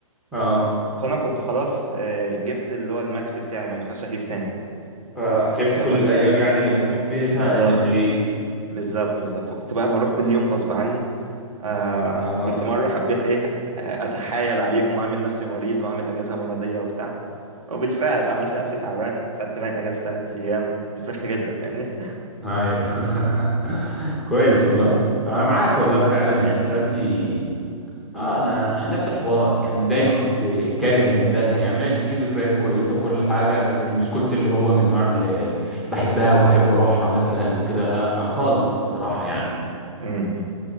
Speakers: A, in the centre; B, on the right.
A: اه
B: فانا كنت خلاص آه، جبت اللي هو الماكس بتاعي ما ينفعش اغيب تاني
A: آه، غبت
B: فكنت
A: كل الأيام يعني اللي مسموح بيها
B: بالظبط
A: إنك تغيب
B: بالظبط بالظبط فكنت بقى بروح كل يوم غصب عني آه
A: اه
B: كنت مرة حبيت ايه آه، اتحايل عليهم واعمل نفسي مريض واعمل اجازة مرضية وبتاع وبالفعل عملت نفسي تعبان خدت باين اجازة ثلاث ايام كنت فرحت جدا فاهمني
A: ايوه <laughs> كويس والله انا معاك والله فعلا يعني دلوقتي اه انا نفس الحوار يعني دايما كنت كاره المدرسه يعني ماشي في ذكريات كويسه وكل حاجه بس مش كنت اللي هو من النوع اللي بحبها وبحب اروحها مثلا وكده لا آه، خالص صراحه يعني
B: <laughs> مهم.